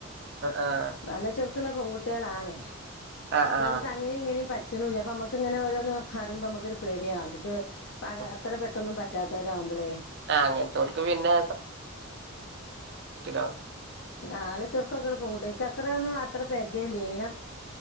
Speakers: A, on the right; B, on the left.
A: ആഹ് ആഹ്
B: നല്ല ചുറുക്കുള്ള പെൺകുട്ടികളാണെ
A: ആഹ്
B: അപ്പൊ
A: ആഹ്
B: അവർക്ക് അങ്ങനെ ഇങ്ങനെ പറ്റുന്നുല്ല അപ്പൊ നമുക്ക് ഇങ്ങനെ ഓരോന്ന് പറയുമ്പോ നമുക്കൊരു പേടിയാണ് അവര് ക്ക്
A: ആഹ്
B: അത്ര പെട്ടൊന്നും പറ്റാത്തവരാവുമ്പോളെ
A: ആഹ് അങ്ങനത്തെവർക്ക് പിന്നെ <unintelligible>
B: ആഹ് നല്ല ചുറുക്കൊക്കെ പെൻകുട്ടിയ എനിക്കത്ര ഒന്നും അത്ര പരിചയല്ല